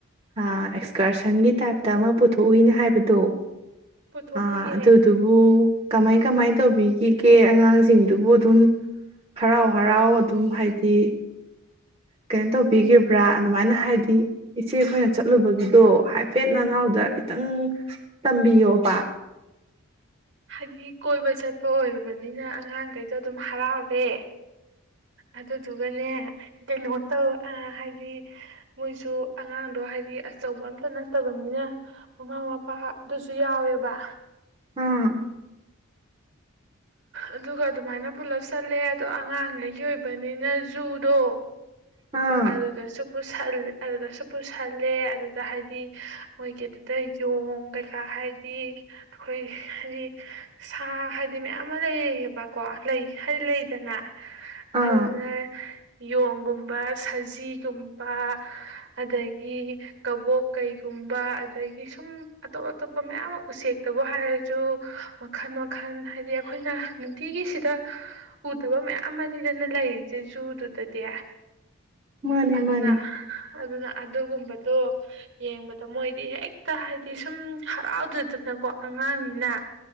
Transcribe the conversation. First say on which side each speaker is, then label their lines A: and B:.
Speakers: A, on the right (about 25°); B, on the right (about 55°).
A: ꯑꯦꯛꯁꯀꯔꯁꯟꯒꯤ ꯇꯥꯏꯞꯇ ꯑꯃ ꯄꯨꯊꯣꯛꯎꯏꯅꯦ ꯍꯥꯏꯕꯗꯣ
B: ꯄꯨꯊꯣꯛꯎꯌꯦ
A: ꯑ ꯑꯗꯨꯗ ꯑꯗꯨꯕꯨꯣ ꯀꯃꯥꯏ ꯀꯃꯥꯏ ꯇꯧꯕꯤꯈꯤꯒꯦ ꯑꯉꯥꯡꯁꯤꯡꯗꯨꯕꯨ ꯑꯗꯨꯝ ꯍꯔꯥꯎ ꯍꯔꯥꯎ ꯑꯗꯨꯝ ꯍꯥꯏꯗꯤ ꯀꯩꯅꯣ ꯇꯧꯕꯤꯈꯤꯕ꯭ꯔꯥ ꯑꯗꯨꯃꯥꯏꯅ ꯍꯥꯏꯗꯤ ꯏꯆꯦꯈꯣꯏꯅ ꯆꯠꯂꯨꯕꯒꯤꯗꯣ ꯍꯥꯏꯐꯦꯠ ꯅꯅꯥꯎꯗ ꯈꯤꯇꯪ ꯇꯝꯕꯤꯌꯣꯕ
B: ꯍꯥꯏꯗꯤ ꯀꯣꯏꯕ ꯆꯠꯄ ꯑꯣꯏꯔꯨꯕꯅꯤꯅ ꯑꯉꯥꯡꯈꯩꯗꯣ ꯑꯗꯨꯝ ꯍꯔꯥꯎꯔꯦ ꯑꯗꯨꯗꯨꯒꯅꯦ ꯀꯩꯅꯣ ꯇꯧ ꯍꯥꯏꯗꯤ ꯃꯣꯏꯁꯨ ꯑꯉꯥꯡꯗꯣ ꯍꯥꯏꯗꯤ ꯑꯆꯧꯕ ꯑꯝꯇ ꯅꯠꯇꯕꯅꯤꯅ ꯃꯃꯥ ꯃꯄꯥꯗꯨꯁꯨ ꯌꯥꯎꯋꯦꯕ
A: ꯑꯥ
B: ꯑꯗꯨꯒ ꯑꯗꯨꯃꯥꯏꯅ ꯄꯨꯂꯞ ꯆꯠꯂꯦ ꯑꯗꯣ ꯑꯉꯥꯡꯉꯩꯒꯤ ꯑꯣꯏꯕꯅꯤꯅ ꯖꯨꯗꯣ
A: ꯑꯥ
B: ꯑꯗꯨꯗꯁꯨꯨꯄꯨ ꯁꯜ ꯑꯗꯨꯗꯁꯨꯨꯞꯄꯨꯁꯜ ꯈꯜꯂꯦ ꯑꯗꯨꯗ ꯍꯥꯏꯗꯤ ꯃꯣꯏꯒꯤ ꯑꯗꯨꯗ ꯌꯣꯡ ꯀꯩꯀꯥ ꯍꯥꯏꯗꯤ ꯑꯩꯈꯣꯏ ꯍꯥꯏꯗꯤ ꯁꯥ ꯍꯥꯏꯗꯤ ꯃꯌꯥꯝ ꯑꯃ ꯂꯩꯌꯦꯌꯦꯕꯀꯣ ꯂꯩ ꯍꯩ ꯂꯩꯗꯅ
A: ꯑꯥ
B: ꯑꯗꯨ ꯌꯣ ꯒꯨꯝꯕ ꯁꯖꯤꯒꯨꯝꯕ ꯑꯗꯒꯤ ꯀꯕꯣꯛ ꯀꯩꯒꯨꯝꯕ ꯑꯗꯒꯤ ꯁꯨꯝ ꯑꯇꯣꯞ ꯑꯇꯣꯞꯄ ꯃꯌꯥꯝ ꯑꯃ ꯎꯆꯦꯛꯇꯕꯨ ꯍꯥꯏꯔꯁꯨ ꯃꯈꯜ ꯃꯈꯜ ꯑꯩꯈꯣꯏꯅ ꯅꯨꯡꯇꯤꯒꯤꯁꯤꯗ ꯎꯗꯕ ꯃꯌꯥꯝ ꯑꯃꯅꯤ ꯐꯖꯅ ꯂꯩꯔꯤꯁꯦ ꯖꯨꯗꯨꯗꯗꯤ
A: ꯃꯥꯅꯦ
B: ꯑꯗꯨꯅ
A: ꯃꯥꯅꯦ
B: ꯑꯗꯨꯅ ꯑꯗꯨꯒꯨꯝꯕꯗꯣ ꯌꯦꯡꯕꯗ ꯃꯣꯏꯗꯤ ꯍꯦꯛꯇ ꯍꯥꯏꯗꯤ ꯁꯨꯝ ꯍꯔꯥꯎꯗꯗꯅꯀꯣ ꯑꯉꯥꯡꯅꯤꯅ